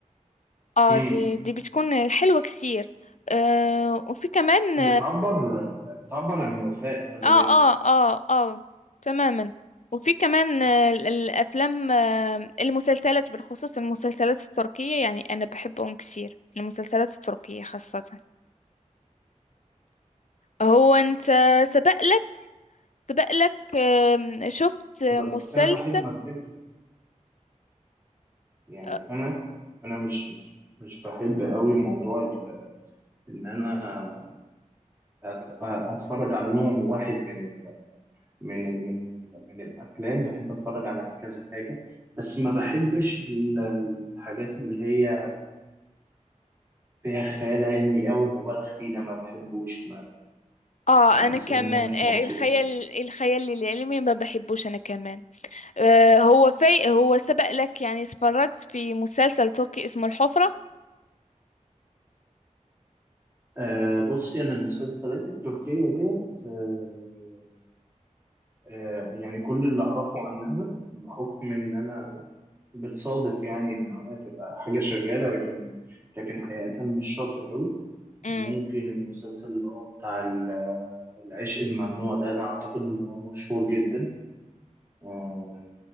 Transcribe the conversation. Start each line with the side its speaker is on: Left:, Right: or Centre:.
Left: اه
Right: مم.
Left: دي, دي بتكون حلوة كثير آه وفي كمان
Right: بتعبر بتعبر عن الوفاء خلي
Left: اه اه
Right: بالك
Left: اه اه آه، تماما وفي كمان آه، ال- الافلام آه، المسلسلات بالخصوص المسلسلات التركية يعني انا بحبهم كثير المسلسلات التركية خاصة هو انت سبق لك سبق لك آم، شفت مسلسل
Right: بس انا بحب ما بحب يعني
Left: اه
Right: انا انا مش مش مش بحب قوي موضوع ال- ان انا أت- اتفرج على نوع واحد من ال من ال من ال من الافلام بحب اتفرج على كذا حاجه بس ما بحبش ال- الحاجات اللي هي فيها خيال علمي قوي مبالغ فيه ده ما بحبوش
Left: آه،
Right: بحس
Left: انا كمان
Right: إن أنا مش
Left: آه
Right: مبسوط
Left: الخيال
Right: أوي
Left: الخيال العلمي ما بحبوش انا كمان آه هو في هو سبق لك يعني اتفرجت في مسلسل تركي اسمه الحفرة
Right: أه بصي أنا المسلسلات التركية ديت أه أه يعني كل اللي أعرفه عنها بحكم إن أنا بتصادف يعني إن هي تبقى حاجة شغالة لكن لكن حقيقة مش شاطر أوي
Left: امم
Right: ممكن المسلسل اللي هو بتاع ال- العشق الممنوع ده أنا أعتقد إن هو مشهور جدا أه